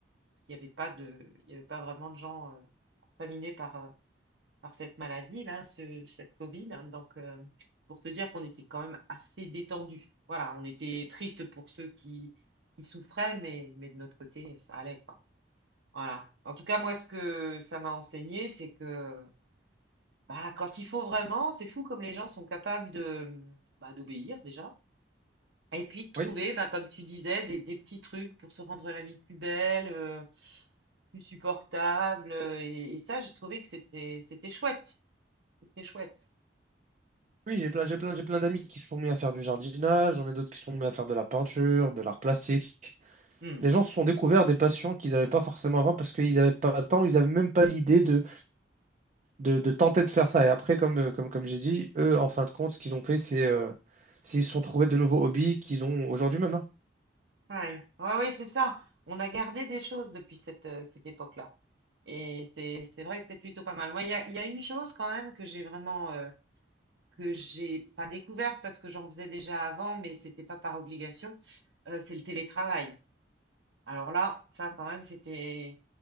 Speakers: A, on the right; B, on the right.
A: Parce qu'il n'y avait pas de, il y avait pas vraiment de gens euh, contaminés par, euh, par cette maladie, là, ce- cette Covid. hein. Donc, euh, pour te dire qu'on était quand même assez détendu. Voilà, on était triste pour ceux qui, qui souffraient, mais, mais de notre côté, ça allait, quoi. Voilà. En tout cas, moi, ce que ça m'a enseigné, c'est que bah, quand il faut vraiment, c'est fou comme les gens sont capables de, bah, d'obéir déjà. Et puis de trouver,
B: Oui,
A: bah, comme tu disais, des, des petits trucs pour se rendre la vie plus belle, euh, plus supportable. euh, Et, et ça, j'ai trouvé que c'était, c'était chouette. C'était chouette.
B: oui, j'ai plein, j'ai plein, j'ai plein d'amis qui se sont mis à faire du jardinage, j'en ai d'autres qui se sont mis à faire de la peinture, de l'art plastique.
A: Hmm.
B: Les gens se sont découverts des passions qu'ils n'avaient pas forcément avant parce qu'ils n'avaient pas le temps, ils n'avaient même pas l'idée de, de, de tenter de faire ça. Et après, comme, euh, comme, comme j'ai dit, eux, en fin de compte, ce qu'ils ont fait, c'est euh, c'est ils se sont trouvés de nouveaux hobbies qu'ils ont aujourd'hui même. hein.
A: Ouais, ouais, ouais, c'est ça. On a gardé des choses depuis cette, euh, cette époque-là. Et c'est, c'est vrai que c'est plutôt pas mal. Moi, il y a, il y a une chose quand même que j'ai vraiment, euh, que j'ai pas découverte parce que j'en faisais déjà avant, mais c'était pas par obligation, euh, c'est le télétravail. Alors là, ça quand même, c'était